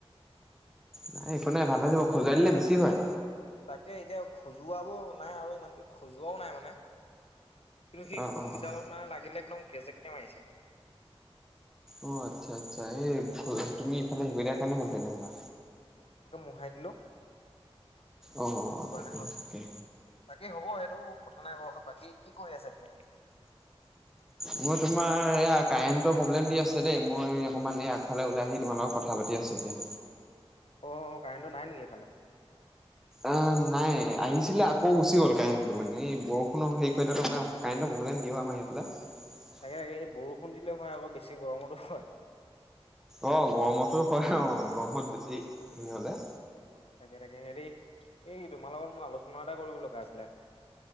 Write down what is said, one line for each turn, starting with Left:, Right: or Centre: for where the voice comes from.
Centre: নাই একো নাই ভাল হৈ যাব খজোৱাই দিলে বেছি হয়।
Left: তাকে এতিয়া খজোৱাবও নাই আৰু ইমানকে খজোৱাও নাই মানে। কিন্তু সেই
Centre: অ',
Left: সুংগগীডালত
Centre: অ', অ'।
Left: মানে লাগিলে একদম কেজেককে মাৰিছে।
Centre: অ', আচ্ছা -আচ্ছা হেই তুমি ইফালে হেই দিয়াৰ কাৰণে হ'ল তেনেকুৱা
Left: মোহাই দিলো
Centre: অ', অ',
Left: সেইটো
Centre: অ তাকে
Left: কাৰণে হল
Centre: তাকে
Left: বাকী হ'ব এইটো কথা নাই বৰষত বাকী কি কৰি আছে এতিয়া?
Centre: মই তোমাৰ ইয়াক কাৰেণ্টৰ প্ৰব্লেম দি আছে দেই মই অকমান এই আগফালে ওলাই আহি তোমাৰ লগত কথা পাতি আছোঁ এতিয়া।
Left: অহ, কাৰেণ্টটো নাই নেকি এইফালে?
Centre: আহ নাই আহিছিলে আকৌ গুচি গ'ল কাৰেণ্টটো মানে এই বৰষুণৰ হেই কৰিলে ত' আমাৰ কাৰেণ্টৰ প্ৰব্লেম দিয়ে <unintelligible>
Left: তাকে -তাকে এই বৰষুণ দিলে হয় আকৌ বেছি গৰমতো হয়।
Centre: অহ, গৰমতো হয় অ'গৰমত বেছি হে হলে
Left: তাকে- তাকে হেৰি এই তোমাৰ লগত মোৰ আলোচনা এটা কৰিব লগা আছিলে